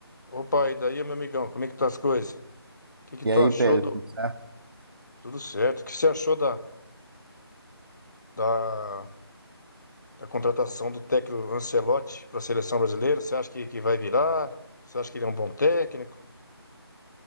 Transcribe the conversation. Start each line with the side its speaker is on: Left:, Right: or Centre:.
Left: Opa, e daí, meu amigão, como é que tá as coisas? O que que
Right: E
Left: tu
Right: aí,
Left: achou
Right: Pedro,
Left: do...
Right: tudo certo?
Left: Tudo certo. O que você achou da, da, da contratação do técnico Ancelotti para a seleção brasileira? Você acha que, que vai virar? Você acha que ele é um bom técnico?